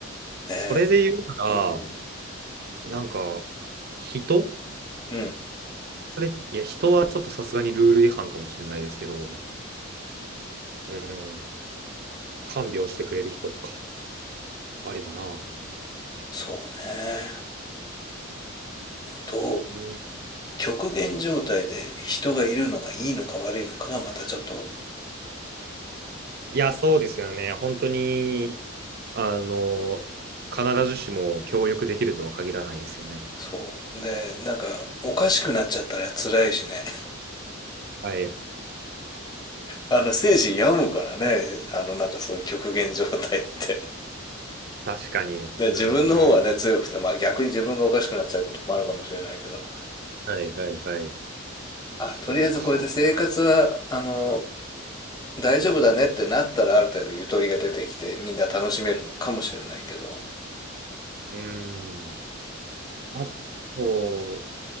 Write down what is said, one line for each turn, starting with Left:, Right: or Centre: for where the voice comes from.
Left: ねえ
Right: それで言うな
Left: うん。
Right: ら、なんか、人
Left: うん。
Right: それ、いや、人はちょっとさすがにルール違反かもしれないですけど、うん。看病してくれる人とか、あればな。
Left: そうね。どう、
Right: うん。
Left: 極限状態で人がいるのがいいのか悪いのかがまたちょっと、
Right: いや、そうですよね。本当に、あの、必ずしも協力できるとは限らないですよね。
Left: そう。で、なんか、おかしくなっちゃったら辛いしね。
Right: はい。
Left: あの、生死病むからね、あの、なんかそういう極限状態って。
Right: 確かに。
Left: <laughs> で、
Right: うんうん。
Left: 自分の方はね、強くて、まあ逆に自分がおかしくなっちゃうこともあるかもしれないけど、
Right: はいはいはい。
Left: あ、
Right: そうか。
Left: とりあえずこうやって生活は、あの、大丈夫だねってなったらある程度ゆとりが出てきて、みんな楽しめるのかもしれないけど、
Right: うん。あと、